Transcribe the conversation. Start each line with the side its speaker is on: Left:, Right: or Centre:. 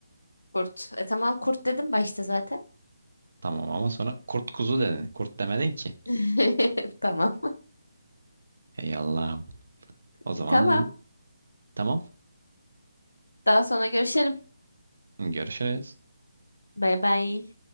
Left: Kurt. E tamam kurt dedim başta zaten.
Right: Tamam ama sonra kurt kuzu dedin. Kurt demedin ki.
Left: <laughs> Tamam.
Right: Ey Allah'ım. O zaman
Left: E, Tamam.
Right: tamam.
Left: Daha sonra görüşelim.
Right: Görüşürüz.
Left: Bay bay.